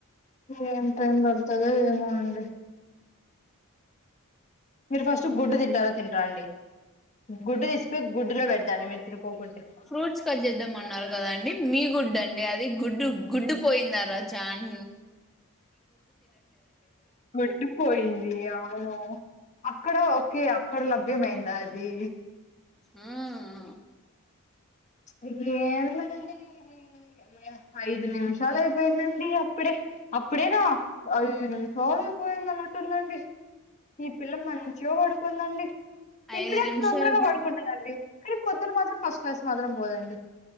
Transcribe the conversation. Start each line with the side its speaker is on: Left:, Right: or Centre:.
Left: ఏం టైం పడుతదో ఏమో అండి మీరు ఫస్ట్ గుడ్డు తింటార తినరా అండి గుడ్డు తీసికపోయి గుడ్డులో పెడుతాండి మీరు తినుకోకుంటే
Centre: ఫ్రూట్స్ కట్ చేద్దాం అన్నారు కదండి మీ గుడ్డు అండి అది గుడ్డు గుడ్డు పోయింద రాజాన్
Left: గుడ్డుపోయింది అవును అక్కడ ఒకే అక్కడ లభ్యమైందా అది
Centre: ఉమ్ం
Left: ఎందండి ఇది అమ్మయ్య ఐదు నిమిషాలు అయిపోయిదండి అప్పుడే అప్పుడేనా ఐదు నిమిషాలు అయిపోయిదన్న టుందండి ఈ పిల్ల మ చిగా పడుకుదండి ఇప్పుడేం
Centre: ఐదు నిమిషాలకు
Left: తొందరగా పడుకుంటానండి కానీ పొద్దున మాత్రం ఫస్ట్ క్లాస్ మాత్రం పోదండి